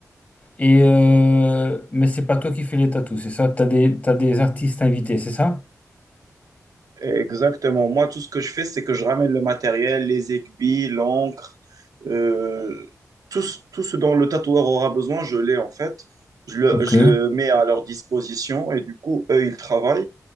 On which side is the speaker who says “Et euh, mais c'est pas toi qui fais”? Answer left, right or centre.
Left